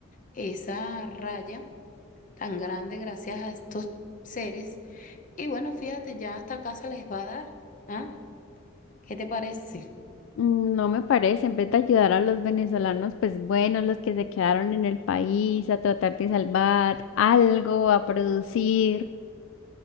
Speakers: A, on the left; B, on the left.
A: esa raya tan grande gracias a estos seres. Y bueno, fíjate, ya hasta casa les va a dar, ¿ah? ¿Qué te parece?
B: Mm, No me parece. En vez de ayudar a los venezolanos, pues bueno, los que se quedaron en el país, a tratar de salvar algo, a producir.